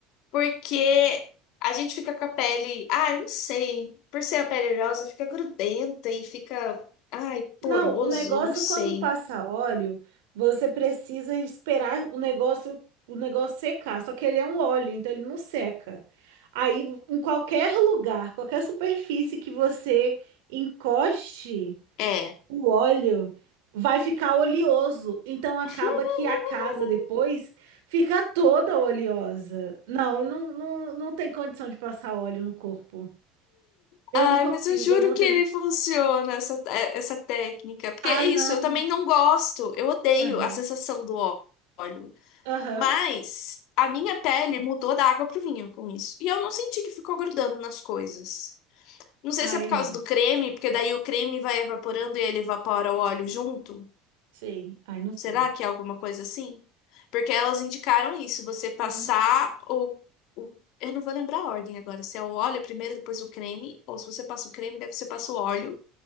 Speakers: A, on the left; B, on the right.
A: Porque a gente fica com a pele. Ah, eu não sei. Por ser a pele oleosa, fica grudenta e fica. Ai,
B: Não,
A: poroso.
B: o negócio
A: Não sei.
B: é quando passa óleo, você precisa esperar o negócio, o negócio secar. Só que ele é um óleo, então ele não seca. Aí, em qualquer lugar, qualquer superfície que você encoste,
A: É.
B: o óleo vai ficar oleoso. Então acaba
A: <laughs>
B: que a casa depois fica toda oleosa. Não, não, não, não tem condição de passar óleo no corpo. Eu
A: Ai,
B: não consigo,
A: mas eu juro
B: eu não
A: que
B: tenho.
A: ele funciona, essa, é- essa técnica. Porque
B: Ai,
A: é isso,
B: não.
A: eu também não gosto, eu odeio
B: Aham.
A: a sensação do ó- óleo.
B: Aham.
A: Mas a minha pele mudou da água pro vinho com isso. E eu não senti que ficou grudando nas coisas. Não sei
B: Ai,
A: se é por causa
B: não.
A: do creme, porque daí o creme vai evaporando e ele evapora o óleo junto.
B: Sei. Ai, não sei.
A: Será que é alguma coisa assim? Porque elas indicaram isso, você passar
B: Uhum.
A: o o eu não vou lembrar a ordem agora, se é o óleo primeiro, depois o creme, ou se você passa o creme, deve você passa o óleo.